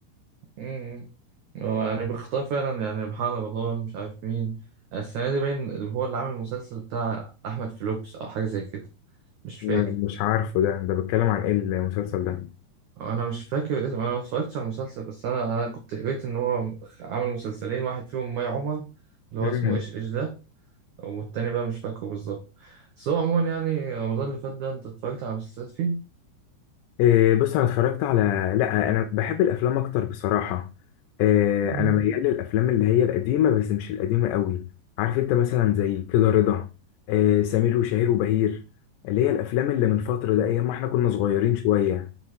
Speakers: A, on the right; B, on the left.
A: مم. هو يعني بيختار فعلا يعني محمد رمضان مش عارف مين السنة دي باين اللي هو اللي عامل المسلسل بتاع أحمد فلوكس أو حاجة زي كده مش
B: م-
A: فاكر
B: مش عارفه ده ده بيتكلم عن ايه المسلسل ده
A: انا مش فاكر اسم انا ما اتفرجتش على المسلسل بس انا انا كنت قريت ان هو عامل مسلسلين واحد فيهم مي عمر اللي
B: مم.
A: هو اسمه ايش ايش ده والتاني بقى مش فاكره بالظبط بس هو عموما يعني رمضان اللي فات ده انت اتفرجت على مسلسلات فيه؟
B: إيه بص انا اتفرجت على لا انا بحب الافلام اكتر بصراحه إيه
A: مم.
B: انا ميال للافلام اللي هي القديمه بس مش القديمه قوي عارف انت مثلا زي كده رضا إيه سمير وشهير وبهير اللي هي الافلام اللي من فتره ده ايام ما احنا كنا صغيرين شويه